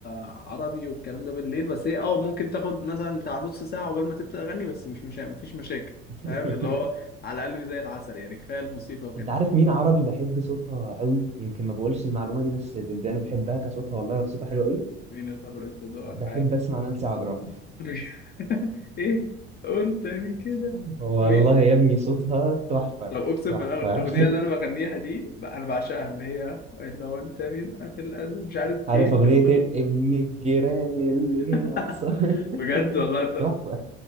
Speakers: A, on the left (about 30°); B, on the right (about 20°).
A: عربي والكلام ده بالليل بس هي أه ممكن تاخد مثلا بتاع نص ساعة قبل ما تبدأ أغني بس مش مشا... مفيش مشاكل
B: <laughs>
A: فاهم اللي هو على قلبي زي العسل يعني كفاية الموسيقى وكده
B: انت عارف مين عربي بحب صوتها قوي يمكن ما بقولش المعلومه دي بس ده ده انا بحبها كصوتها والله صوتها حلو قوي
A: مين يا ترى أنت ذوقك
B: بحب
A: عارف
B: اسمع نانسي عجرم
A: مش- <laughs> ايه قول تاني كده
B: <laughs> والله
A: مين
B: يا ابني صوتها تحفه
A: طب اقسم
B: تحفه
A: بالأغ- الاغنيه اللي انا بغنيها دي بقى انا بعشقها اللي هي اللي هو انت مين في الازاز مش عارف
B: عارف
A: ايه
B: اغنية
A: في ال...
B: إيه؟ ابن الجيران اللي
A: <laughs>
B: هنا قصر <laughs>
A: بجد والله طب
B: تحفة